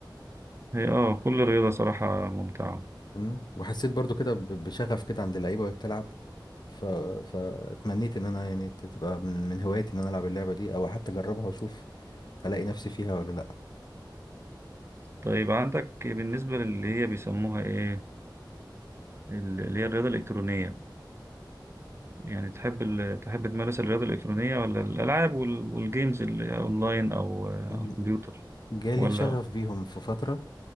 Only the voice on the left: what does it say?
أمم، وحسيت برضو كده ب- بشغف كده عند اللعيبة وهي بتلعب ف... فاتمنيت ان انا يعني ت- تبقى من... من هواياتي ان انا العب اللعبة دي او حتى اجربها واشوف هلاقي نفسي فيها ولا لا
أمم،
جالي
شغف بيهم في فترة